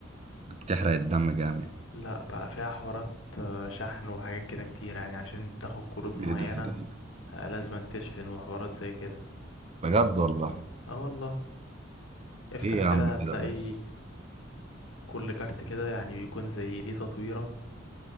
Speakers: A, on the right (about 35°); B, on the left (about 75°).
A: بتحرق الدم جامد
B: لا بقى فيها حوارات آه، شحن وحاجات كده كتير يعني عشان تاخد كروت معينة
A: ايه ده ايه ده إيه ده؟
B: آه، لازم تشحن وحوارات زي كده
A: بجد والله
B: اه والله افتح
A: ايه يا عم
B: كده هتلاقي
A: كده بس
B: كل كارت كده يعني بيكون زي ليه تطويرة